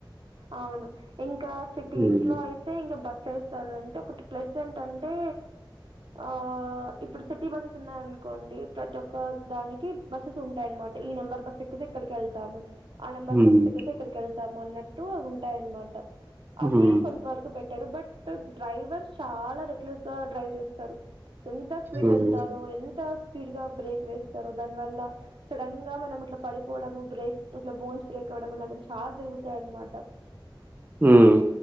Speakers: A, on the right (about 75°); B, on the right (about 25°).
A: అవును ఇం కా సిటీస్
B: హ్మ్
A: లో అయితే ఇంకా బస్ చేస్తార అంటే ఒకటి ప్లస్ ఏంటంటే ఆ ఇప్పుడు సిటీ బస్ెస్ ఉన్నాయ అనుకోండి ప్రతి ఒక్క దానికి బస్సెస్ ఉంటాయనమాట ఈ నెంబర్ బస్ ఎక్కితే ఇక్కడికి వెళ్తాము ఆ నంబర్
B: హ్మ్
A: బస్ ఎకితే ఇక్కడకి ఎల్ తాము ఆన్ టు ఉంటాయన్నమాట అవి
B: హ్మ్
A: కొంత వరకు బె టర్ బట్ డ్రైవర్ చాలా రెకలెట్ గా డ్రైవ్ చేస్తారు ఎంత స్పీడ్
B: హ్మ్
A: వెళ్తారు ఎంత స్పీడ్ గా బ్రేక్ వేస్తారు దాని వల్ల సడన్ గా మనం ఇట్లా పడిపోవడం బ్రేక్ ఇట్లా బోన్స్ బ్రేక్ అవ్వడం చాలా జరుగుతాయి అనమా టా
B: హ్మ్